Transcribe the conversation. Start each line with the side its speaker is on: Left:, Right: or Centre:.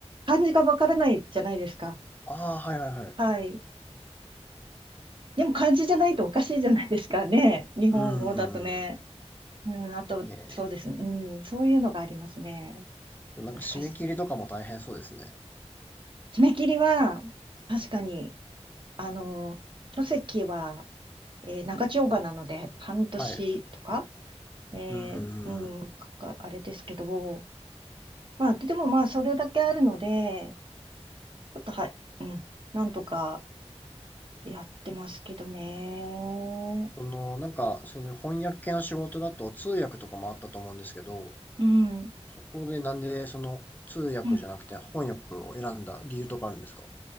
Right: 漢字がわからないじゃないですか。
Left: ああ、はいはいはい。
Right: はい。でも漢字じゃないとおかしいじゃないですかね。日本語だとね。
Left: うーん。
Right: うん、あと、
Left: ええ。
Right: そうですね。うん、そういうのがありますね。
Left: なんか締め切りとかも大変そうですね。
Right: 難しい。爪切りは、確かに、あの、書籍は、えー長丁場なので、半年とか、
Left: はい。
Right: えーうん、
Left: うーん。
Right: かかあれですけど、まあ、でもまあ、それだけあるので、ちょっとは、うん、なんとかやってますけどね。
Left: その、なんか、そういう翻訳系の仕事だと通訳とかもあったと思うんですけど、
Right: うん、
Left: そこでなんでその通訳じゃなくて翻訳を選んだ理由とかあるんですか
Right: うん。